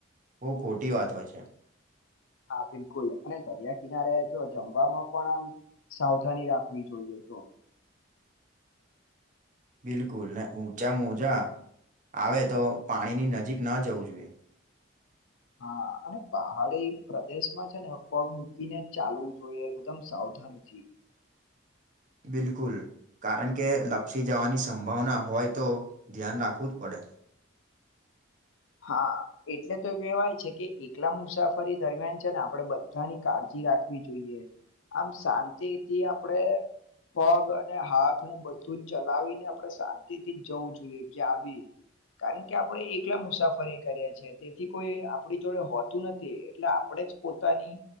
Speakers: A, on the right; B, on the left.
A: બોઉ ખોટી વાત હોય છે.
B: હા બિલકુલ અને દરિયા કિનારે જો જમવામાં પણ આમ સાવધાની રાખવી જોઈએ. જો
A: <inaudible> બિલકુલ ને ઊંચા મોજા આવે તો પાણીની નજીક ન જવું જોઈએ.
B: હા અને પહાડી પ્રદેશમાં છે ને પગ મૂકીને ચાલવુ જોઈએ એકદમ સાવધાનથી.
A: બિલકુલ કારણ કે લપસી જવાની સંભાવના હોય તો ધ્યાન રાખવું જ પડે. <inaudible>
B: હા એટલે તો કેવાય છે કે એકલા મુસાફરી દરમિયાન છે ને આપડે બધાની કાળજી રાખવી જોઈએ. આમ શાંતિથી આપડે પગ અને હાથને બધું જ ચલાવીને પડે શાંતિ થી જવું જોઈએ કે આવી કારણ કે આપડે એકલા મુસા ફરી કરીએ છે તેથી કોઈ આપડી જોડે હોતું નથી એટલે આપડે જ પોતાની